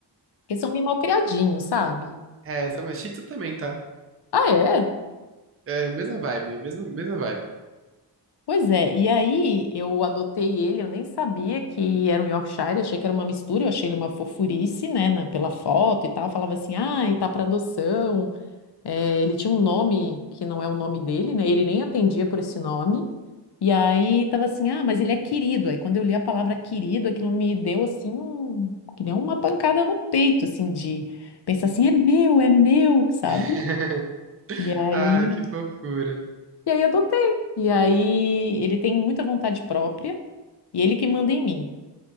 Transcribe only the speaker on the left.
Porque são meio mal criadinhos, sabe?
Ah, é?
Pois é, e aí eu adotei ele, eu nem sabia que era um Yorkshire, achei que era uma mistura, eu achei ele uma fofurice, né, na- pela foto e tal, falava assim, ah, e tá para adoção, É, ele tinha um nome que não é o nome dele, né, ele nem atendia por esse nome, e aí tava assim, ah, mas ele é querido, aí quando eu li a palavra querido, aquilo me deu assim, um, que nem uma pancada no peito, assim, de pensar assim, é meu, é meu, sabe?
E aí
e aí adotei. E aí ele tem muita vontade própria e ele que manda em mim.